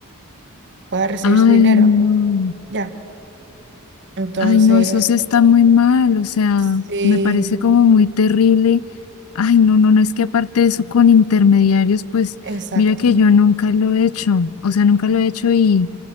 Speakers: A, on the right; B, on the left.
A: pueda recibir
B: Ay,
A: su dinero.
B: no.
A: Ya. Entonces,
B: Ay, no, eso sí está muy mal, o sea,
A: sí,
B: me parece como muy terrible. Ay, no, no, no, es que aparte de eso con intermediarios, pues
A: exacto.
B: mira que yo nunca lo he hecho, o sea, nunca lo he hecho y,